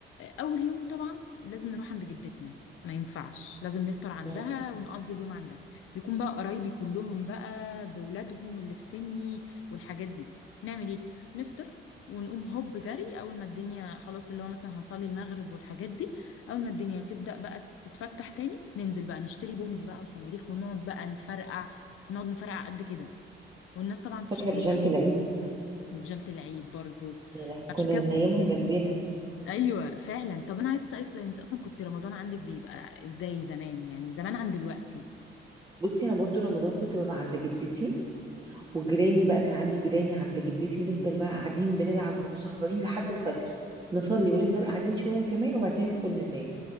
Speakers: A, on the left; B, on the right.
A: اول يوم طبعا لازم نروح عند جدتنا ما ينفعش لازم نفطر عندها
B: مم.
A: ونقضي اليوم عندها بيكون بقى قرايبي كلهم بقى بولادهم اللي في سني والحاجات دي نعمل ايه نفطر ونقوم هوب جري اول ما الدنيا خلاص اللي هو مثلا هنصلي المغرب والحاجات دي اول ما الدنيا تبدأ بقى تتفتح تاني ننزل بقى نشتري بومب بقى وصواريخ ونقعد بقى نفرقع نقعد نفرقع قد كده والناس طبعا تشتمنا
B: فاكرة بيجامة العيد
A: وبيجامة العيد برضو
B: يا لهوي كنا
A: عشان كده
B: نايمها جنبنا
A: ايوه فعلا طب انا عايزه اسالك سؤال انت اصلا كنت رمضان عندك بيبقى ازاي زمان يعني زمان عن دلوقتي
B: بصي أنا برضو رمضان كنت ببقى عند جدتي وجيراني بقى كان عندي جيراني عند جدتي ونفضل بقى قاعدين بنلعب وسهرانين لحد الفجر نصلي ونفضل قاعدين شوية كمان وبعد كده ندخل ننام